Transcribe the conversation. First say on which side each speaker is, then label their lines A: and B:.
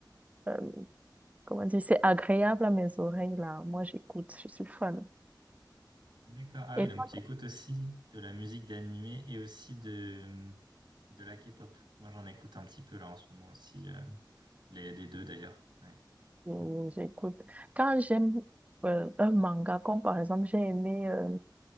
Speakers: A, on the right; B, on the right.
A: euh, comment dire, c'est agréable à mes oreilles, là, moi j'écoute, je suis fan.
B: D'accord. Ah
A: Et
B: oui, donc
A: toi,
B: tu écoutes aussi de la musique d'animé et aussi de, de la K-pop. Moi, j'en écoute un petit peu là en ce moment aussi, euh, les, les deux d'ailleurs. Ouais.
A: euh, j'écoute. Quand j'aime euh, un manga, comme par exemple, j'ai aimé, euh,